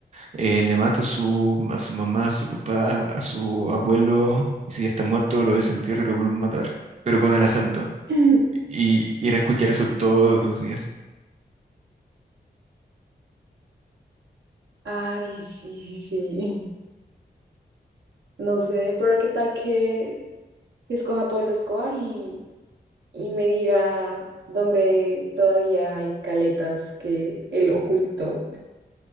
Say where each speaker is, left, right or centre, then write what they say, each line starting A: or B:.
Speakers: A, on the right (about 40°); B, on the right (about 85°).
A: eh, le mato a su, a su mamá, a su papá, a su abuelo, y si ya está muerto, lo desentierro y lo vuelvo a matar, pero con el acento.
B: <laughs>
A: Y ir a escuchar eso todos los días.
B: Ay, sí, sí, sí. <laughs> No sé, pero qué tal que que escoja Pablo Escobar y, y me diga dónde todavía hay caletas que él ocultó